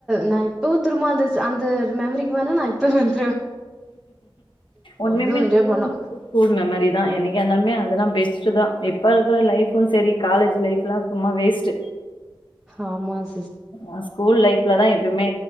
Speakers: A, in the centre; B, on the left.
A: நான் இப்போவும் திரும்ப அந்த அந்த மெமரிக்கு வேண நான் இப்ப வந்து
B: ஒன்னுமே
A: அவ்ளோ என்ஜாய்
B: ஸ்கூல்
A: பண்ணோ
B: <unintelligible> ஸ்கூல் மெமரிதா என்னைக்கா இருந்தாலுமே அதெல்லா பெஸ் ஸ்ட்டுதா இப்ப இருக்கற லைஃபு சரி காலேஜ் லைஃப்லா சும்மா வேஸ்ட்
A: ஆமாஸ்
B: ஹ ஸ்கூல் லைஃப்லதான் எப்பயுமே